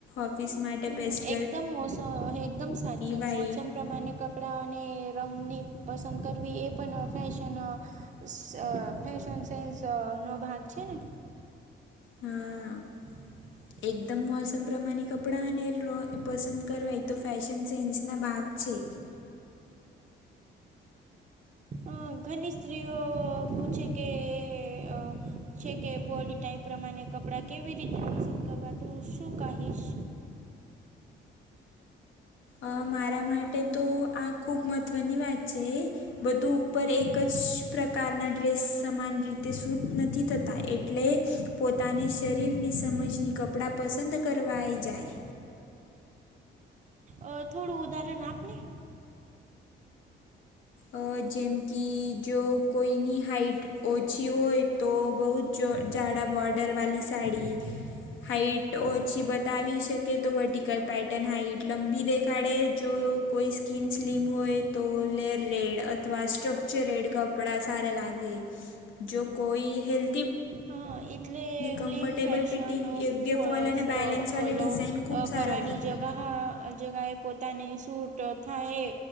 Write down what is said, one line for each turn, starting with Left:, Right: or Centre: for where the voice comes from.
Left: ઓફિસ માટે
Right: હમ
Left: બેસ્ટ
Right: એકદમ મોસમ, એકદમ સાચું
Left: વ્હાઈટ
Right: મોસમ. પ્રમાણે કપડા અને રંગની પસંદ કરવી એ, પણ ફેશન અ શ અ ફશન સેન્સ નો ભાગ છે ને.
Left: હમ, હમ.
Right: <unintelligible>
Left: એકદમ, મોસમ પ્રમાણને કપડાં અને રો પસંદ કરવાય તો, ફેશન સેન્સ ના ભાગ છે.
Right: અ ઘની સ્ત્રીઓ પૂછે કે, અ છે કે, બોડી ટાઈપ પ્રમાણે કપડા કેવી રીતે પસંદ કરવા તું શું કાઢીશ.
Left: અ મારા માટે તો આ ખૂબ મહત્વની વાત છે. બધું ઉપર એક જ પ્રકારના ડ્રેસ શ સમાન રીતે સૂટ નથી થતા, એટલે. પોતાને શરીરની સમજની કપડાં પસંદ કરવાઈ જાય.
Right: અ થોડું ઉદાહરણ આપને.
Left: અ જેમ કી જો કોઈની હાઈટ. ઓછી હોય તો, બહુ જ જો જાડા બોર્ડર વાલી સાડી. હાઈટ ઓછી બતાવી શકે, તો વર્ટિકલ પેટર્ન હાઈટ લંબી દેખાડે જો. કોઈ સ્કીન સ્લીમ હોય તો લેર. રેડ અથવા સ્ટ્રક્ચ, રેડ કપડા સારા લાગે, જો કોઈ હેલ.
Right: હા, એટલે
Left: કમ્ફર્ટેબલ
Right: બ્લીન્ડ ફેશન
Left: ફિટિંગ યોગ્ય
Right: ફ
Left: ફોલ અને
Right: ફલો
Left: બેલેન્સવાળા
Right: ફોલો.
Left: ડિઝાઇન ખૂબ
Right: અ
Left: સારા
Right: કરવાની
Left: લાગે.
Right: જગા હા. જગાએ પોતાને સૂટ થાય,